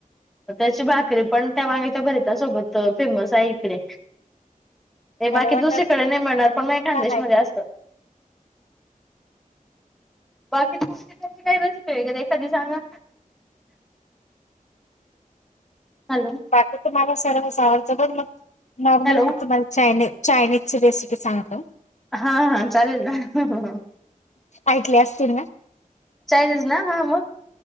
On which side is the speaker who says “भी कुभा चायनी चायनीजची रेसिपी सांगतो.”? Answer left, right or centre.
Left